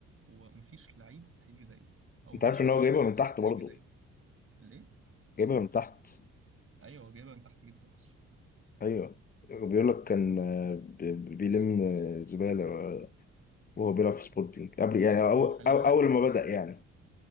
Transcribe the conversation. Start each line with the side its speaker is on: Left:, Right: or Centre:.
Right: هو مفيش لعيب هيجي زيه أو
Left: انت
Right: مفيش
Left: عارف ان هو
Right: رياضي
Left: جايبها من تحت برضه
Right: هيجي زيه ليه؟
Left: جايبها من تحت
Right: أيوه هو جايبها من تحت جدا أصلا
Left: ايوه بيقول لك كان آه، ب- بيلم آه، زبالة آه، وهو بيلعب في سبورتنج قبل يعني أول,
Right: ما هو خلي
Left: أول
Right: بالك
Left: ما بدأ يعني